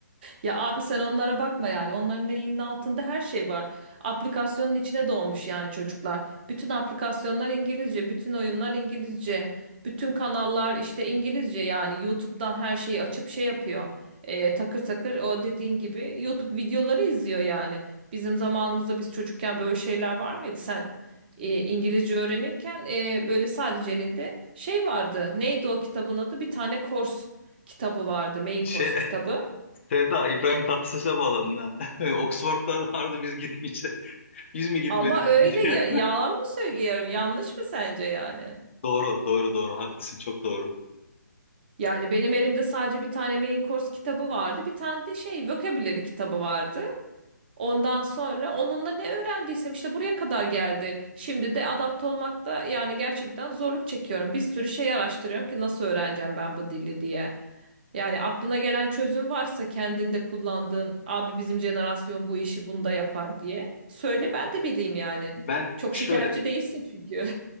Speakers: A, on the right; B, on the left.
A: Ya abi sen onlara bakma yani. Onların elinin altında her şey var. Aplikasyonun içine doğmuş yani çocuklar. Bütün aplikasyonlar İngilizce, bütün oyunlar İngilizce, bütün kanallar işte İngilizce yani YouTube'dan her şeyi açıp şey yapıyor. Ee, takır takır o dediğin gibi YouTube videoları izliyor yani. Bizim zamanımızda biz çocukken böyle şeyler var mıydı? Sen e, İngilizce öğrenirken e, böyle sadece elinde şey vardı. Neydi o kitabın adı? Bir tane kors kitabı vardı. Main
B: Şey,
A: course
B: <laughs>
A: kitabı.
B: Sevda, İbrahim Tatlıses'e bağladın ha. <laughs> Oxford'da vardı biz gitmeyeceğiz. Biz mi gitmedik
A: Ama öyle
B: diye. <laughs>
A: ya, yalan mı söylüyorum? Yanlış mı sence yani?
B: Doğru, doğru, doğru. Haklısın, çok doğru.
A: Yani benim elimde sadece bir tane main course kitabı vardı. Bir tane de şey vocabulary kitabı vardı. Ondan sonra onunla ne öğrendiysem işte buraya kadar geldi. Şimdi de adapte olmakta yani gerçekten zorluk çekiyorum. Bir sürü şey araştırıyorum ki nasıl öğreneceğim ben bu dili diye. Yani aklına gelen çözüm varsa kendinde kullandığın abi bizim jenerasyon bu işi bunda yapar diye. Söyle ben de bileyim yani.
B: Ben
A: Çok
B: şöyle,
A: şikayetçi değilsin çünkü.